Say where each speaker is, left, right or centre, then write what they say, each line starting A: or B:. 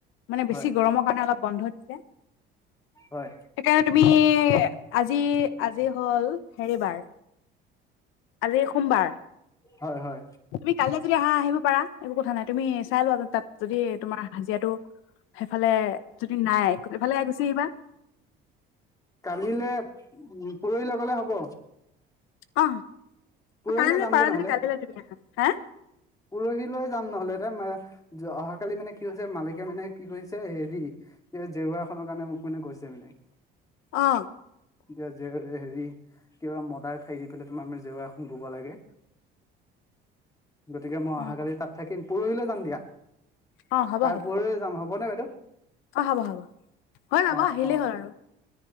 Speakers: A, on the left (about 75°); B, on the left (about 15°).
A: মানে বেছি
B: হয়
A: গৰমৰ কাৰণে অলপ বন্ধ সেইকাৰণে
B: হয়
A: তুমি আজি আজি হল হেৰিবাৰ আজি সোমবাৰ
B: হয় হয়
A: তুমি কাইলৈ যদি আহা আহিব পাৰা একো কথা নাই তুমি চাই লোৱা তাত যদি তোমাৰ হাজিৰাটো সেইফালে যদি নাই এইফালে গুচি আহিবা
B: কালিলে উ পুৰহি লগ গলে হ'ব
A: আহ
B: পৰহিলৈ
A: কাল
B: যামগে
A: পাৰা
B: নহ'লে
A: যদি কালিলৈ তুমি আহা হা
B: পৰহিলৈ যাম নহলে এ ত অহাকালি মানে কি হৈছে মালিকে মানে কি কৰিছে হেৰি জেওৰা নৰ কাৰণে মোক মানে কৈছে মানে
A: অ
B: এজে হেৰি কিবা মদাৰ ঠাই দি পেলাই তোমাৰ ম জেওৰা বব লাগে গতিকে মই
A: অ
B: অহাকালি তাত থাকিম পৰহিলৈ যাম দিয়া
A: অ হ'ব
B: তাই
A: হ'ব
B: পোহৰ যাম হ'বনে বাইদেউ
A: অ হব হ'ব হয় যাব
B: অ
A: আহিকলেই
B: অ
A: হ'ল আৰু